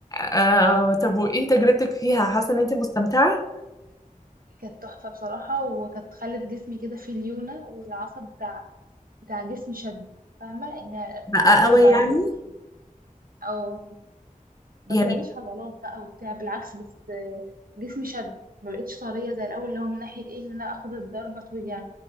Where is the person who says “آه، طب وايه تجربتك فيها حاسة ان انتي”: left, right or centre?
Left